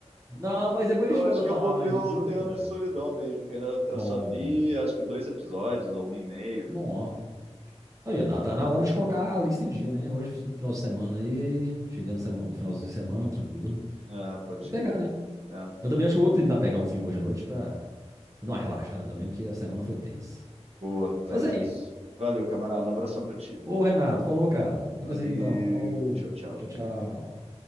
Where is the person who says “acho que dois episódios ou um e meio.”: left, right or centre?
Right